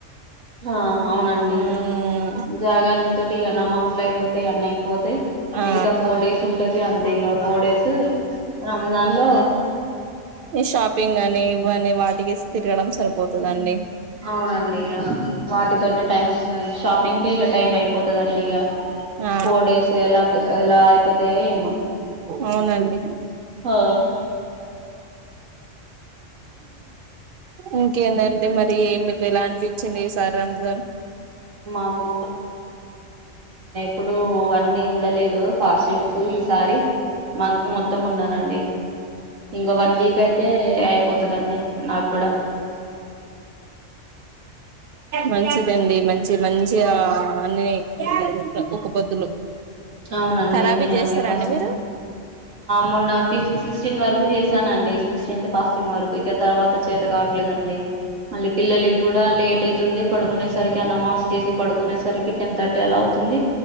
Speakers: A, on the right; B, on the right.
A: ఆ అవునండి
B: మ్మ్
A: జాగర తోటి ఎలా మసలుయిపోతా అన్నీ అయిపోతా
B: ఆ
A: మిగతా ఫోర్ డేస్ ఉంటది అంత ఇ్యా ఫోర్ డేస్ రంజాన్గా
B: ఈ షాపింగ్ అని ఇవన్నీ వాటికి తిరగడం సరిపోతుందండి
A: అవునండి ఇక వాటితోనే టైం షాపింగ్ కి ఇక టైం అయిపోతుందండి ఇక
B: ఆ
A: ఫోర్ డేస్ ఎలా ఎలా అయిపోతాయో ఏమో
B: అవునండి
A: ఆ
B: ఇంకేందండి మరి మీకు ఎలా అంటిచ్చింది సారాంజోన్
A: మాకు ఇప్పుడు అన్నీ ఉండలేదు కాస్టూమ్స్ ఈసారి మంత్ మొత్తం ఉన్నానండి ఇంక వన్ వీక్ అయితే అయిపోతుందండి నాకు కూడా
B: మంచిదండి మంచి మంచి గా అన్ని ఒక పొద్దులు
A: అవునండి
B: ఖరాబీ
A: నేనండి
B: చేస్తారా
A: పస
B: అండి మీరు
A: మొన్న ఫ సిక్స్టీన్ వరకు చే ాన అండి సిక్స్టీన్త్ ఫాస్ట్టీన్ వరకు ఇక తర్వాత చేత కావట్లేదండి మళ్ళీ పిల్లలకి కూడా లేట్ అయితుంది పడుగునే సార్ క్యా నమాస్ చేసి పడుకునేసరికి టెన్ థర్టీ ఎలా అవుతుంది